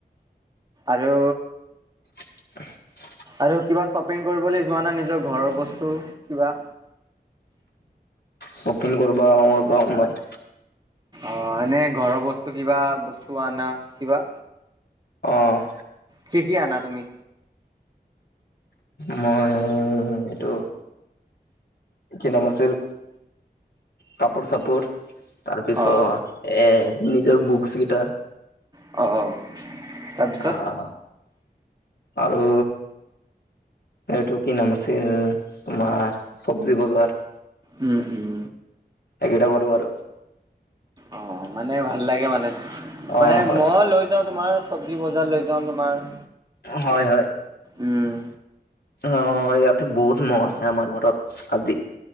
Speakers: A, on the right; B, on the left.
A: আৰু
B: <inaudible>
A: আৰু কিবা শ্বপিং কৰিবলৈ যোৱা না নিজৰ ঘৰৰ বস্তু কিবা?
B: শ্বপিং কৰিবা অ', যাওঁ মই।
A: অ', এনেই ঘৰৰ বস্তু কিবা বস্তু আনা কিবা?
B: অ',
A: কি কি আনা তুমি?
B: মই এইটো কি নাম আছিল কাপোৰ চাপোৰ তাৰপিছত
A: অ',
B: এ নিজৰ বুকচ্ গিটা
A: অ', তাৰপিছত?
B: অ', আৰু এইটো কি নাম আছিল তোমাৰ চব্জি বজাৰ
A: উম, উম,
B: এইকেইটা কৰোঁ আৰু
A: অ', মানে ভাল লাগে মানে,
B: অ
A: মানে
B: হয়
A: মই লৈ যাওঁ তোমাৰ চবজি বজাৰ লৈ যাওঁ তোমাৰ
B: হয়, হয়।
A: উম,
B: অ', ইয়াতে বহুত মহ আছে আমাৰ ঘৰত আজি।